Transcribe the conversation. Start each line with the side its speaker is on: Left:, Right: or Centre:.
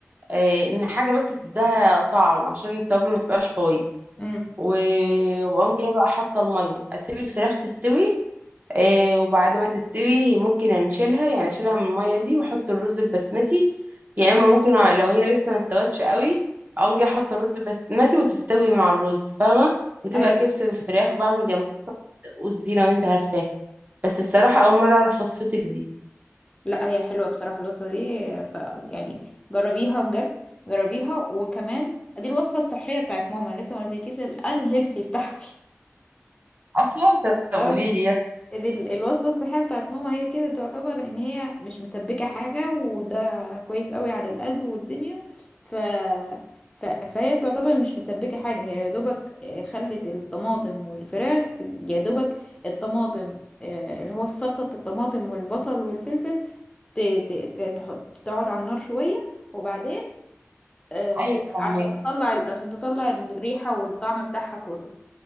Right: آه، ان حاجه بس تديها طعم عشان التوابل ما تبقاش قويه
Left: امم
Right: و- وبقوم جايه بقى حاطه الميه اسيب الفراخ تستوي آه وبعد ما تستوي ممكن انشلها يعني اشيلها من المية دي واحط الرز البسمتي يا اما ممكن ع- لو هي لسه ما استوتش قوي اقوم جايه احط الرز البسمتي وتستوي مع الرز فاهمة وتبقى
Left: ايوه
Right: كبسة بالفراخ بعمل جنب الدقوس دي لو انت عارفاه بس الصراحة اول مرة اعرف وصفتك دي
Left: لا هي حلوة بصراحة الوصفة دي ف يعني جربيها بجد جربيها وكمان دي الوصفة الصحية بتاعت ماما لسه ما قلتلكيش الان هيلثي بتاعتي
Right: اصلا انت
Left: <laughs>
Right: قولي
Left: اه
Right: لي يلا.
Left: دي ال- الوصفة الصحية بتاعت ماما هي كده تعتبر ان هي مش مسبكة حاجة وده كويس قوي على القلب والدنيا ف... ف... فهي تعتبر مش مسبكة حاجة هي يا دوبك آه، خلت الطماطم والفراخ يا دوبك الطماطم آه، اللي هو الصلصة الطماطم والبصل والفلفل ت... ت... ت... تحط تقعد على النار شوية وبعدين آه،
Right: ايوه فهماك
Left: عشان تطلع عشان تطلع الريحة والطعم بتاعها كله